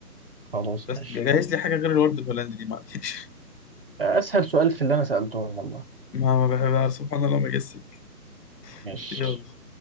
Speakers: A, on the right; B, on the left.
A: خلاص
B: بس
A: ماشي
B: جهز لي حاجه غير الورد الهولندي دي معلش
A: اسهل سؤال في اللي انا سألتهم والله
B: <laughs> ما ما بحبها سبحان الله ما جسك
A: ماشي
B: يلا